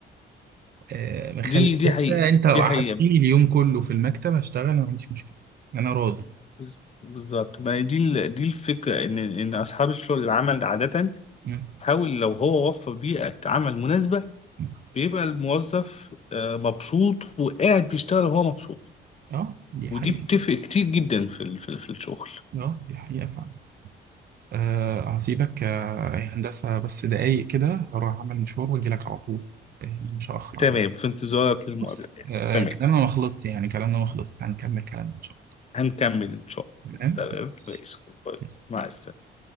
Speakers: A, on the right (about 50°); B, on the left (about 35°).
A: آه، مخليها
B: دي دي حقيقه
A: انت لو
B: دي
A: قعدتني
B: حقيقه
A: اليوم كله في المكتب هشتغل ما عنديش مشكله انا راضي
B: بز- بالظبط ما هي دي ال- دي الفكره ان ان اصحاب الشغل العمل عاده
A: مم.
B: حاول لو هو وفر بيئه عمل مناسبه
A: مم.
B: بيبقى الموظف آه، مبسوط وقاعد بيشتغل وهو مبسوط
A: اه دي حقيقه
B: ودي بتفرق كتير جدا في ال- في ال- في الشغل
A: اه دي حقيقه فعلا آه هسيبك آه، يا هندسه بس دقايق كده هروح اعمل مشوار واجي لك على طول يعني مش هاخر
B: تمام
A: عليك
B: في انتظارك للمقابلة
A: بص
B: يعني
A: آه
B: تمام
A: كلامنا ما خلصش يعني كلامنا ما خلصش هنكمل كلامنا ان شاء
B: هنكمل إن شاء
A: الله
B: الله تمام ماشي
A: تمام
B: باي. مع السلامة